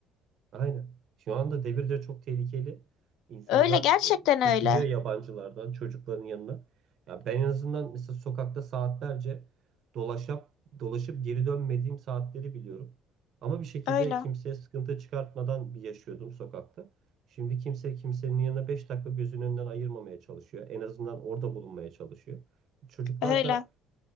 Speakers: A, on the right; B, on the left.
A: Aynen. Şu anda devirde çok tehlikeli. İnsanlar
B: Öyle gerçekten
A: e, çekiniyor
B: öyle.
A: yabancılardan, çocukların yanına. Ya ben en azından mesela sokakta saatlerce dolaşıp dolaşıp geri dönmediğim saatleri biliyorum. Ama bir şekilde
B: Öyle.
A: kimseye sıkıntı çıkartmadan bir yaşıyordum sokakta. Şimdi kimse kimsenin yanına 5 dakika gözünün önünden ayırmamaya çalışıyor. En azından orada bulunmaya çalışıyor. Çocuklar
B: Öyle.
A: da